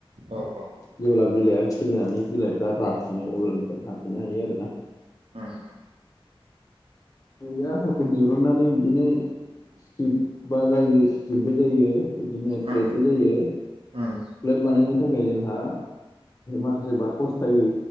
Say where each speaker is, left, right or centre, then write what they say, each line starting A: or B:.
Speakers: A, on the right; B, on the left.
A: औ औ
B: जेब्ला बिलाइया सिरिनानै बिलाइफ्रा जााफिनो अब्लानिफ्राय हाफिननो हायो आरोना
A: ओम ओम
B: बे आटाखौ दिरुननानै बिदिनो स्क्रिप बा जायो स्क्रिप्ट बो जायो बिदिनो
A: उम
B: प्लेटबो जायो
A: उम
B: प्लेट बानायनो बेनि थाखाय जोंहा माखासे बाकस थायो